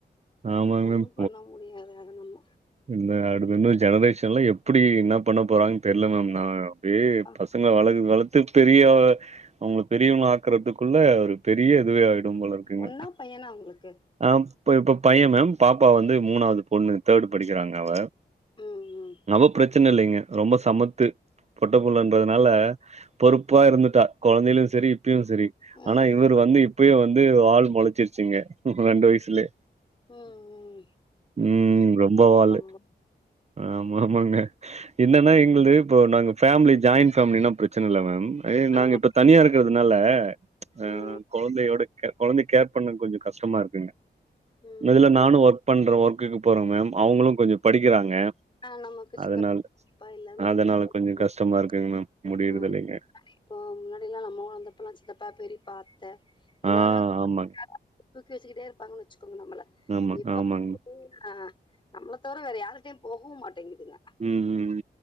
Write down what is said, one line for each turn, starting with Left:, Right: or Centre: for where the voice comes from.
Right: ஆமாங்
Left: நம்ம
Right: மேம்
Left: ஒண்ணு <unintelligible> நம்ம
Right: இந்த அடு இன்னு ஜெனரேஷன்லா எப்டி என்ன பண்ண போறாங்கன் தெர்ல மேம் நா அப்டே
Left: எப்பா
Right: பச ங்கள வளக் வளத்து பெரிய அவங்கள பெரியவங்கள ஆக்குறதுக்குள்ள ஒரு பெரிய இதுவே ஆயிடு போல இக்காங்க
Left: பொண்ணா பையனா உங்களுக்கு
Right: ஆ இப் இப்ப பையன் மேம் பாப்பா வந்து மூணாவது பொண்ணு தேர்டு படிக்கறாங்க அவ
Left: ம் ம்
Right: அவ பிரச்சன இல்லைங்க ரொம்ப சமத்து பொட்டப் புள்ளன்றதுனால
Left: ம்
Right: பொறுப்பா
Left: ம்
Right: இருந்துட்டா கொழந்தைலியு செரி இப்பயு செரி
Left: ம் ம்
Right: ஆனா இவர் வந்து இப்பயே வந் து வால் மொளச்சிருச்சுங்க ரெண்டு வய்சுலே
Left: ம் ம்
Right: ம் ம்ப வாலு
Left: ரொம்ப
Right: ஆமாமாங்க என்னன்னா எங்குளுது இப்போ நாங்க ஃபேமிலி ஜாயிண்ட் ஃபேமிலினா பிரச்சன இல்ல மேம் அய்ய
Left: ஆமா
Right: நாங்க இப்ப தனியா இருக்கறதுனால ஆ
Left: ம்
Right: கொழந்தையோட கொழந்தை கேர் பண்ண கொஞ்சோ கஷ்டமா இருக்குங்க
Left: ம்
Right: இந்த இதுல நானு ஒர்க் பண்றே ஒர்க்குக்கு போறே மேம்
Left: ம்
Right: அவங்குளு கொஞ்சோ படிக்றாங்க
Left: ஆ நமக்கு
Right: அதனால
Left: சித்தப்பா பெரியப்பா எல்லாருமே
Right: அதனால கொஞ்சோ
Left: இருப்பாங்க
Right: கஷ்டமா இருக்குங் மேம்
Left: ஆ
Right: முடியறதில்லைங்க
Left: முன்னடி இப்போ முன்னாடிலா நம்ம ஊர் இந்தப்பல்லா சித்தப்பா பெரிப்பா எல்லாமே
Right: ஆ ஆமாங்க
Left: <inaudible> தூக்கி வச்சுக்கிட்டே இருப்பாங்கன் வச்சுக்கோங்க நம்மள
Right: ஆமாங்க
Left: இப்ப
Right: ஆமாங்க
Left: <inaudible> ஆ நம்ள தவற வேற யாரிட்டயு போகவு மாட்டேங்குதுங்க
Right: ம் ம்